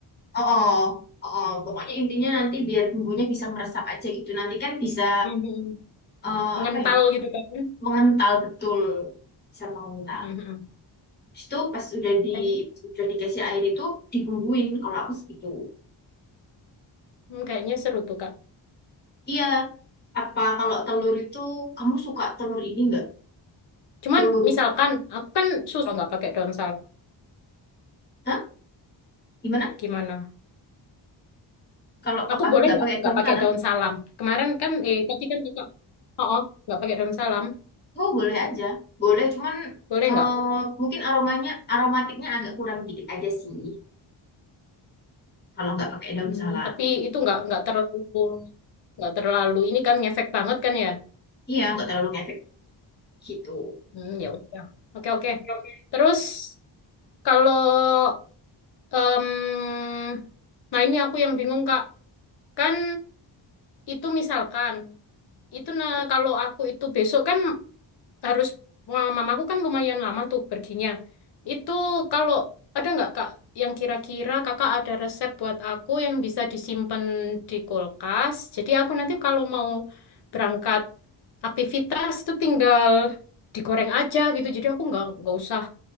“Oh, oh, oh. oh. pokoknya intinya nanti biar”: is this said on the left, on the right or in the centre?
Left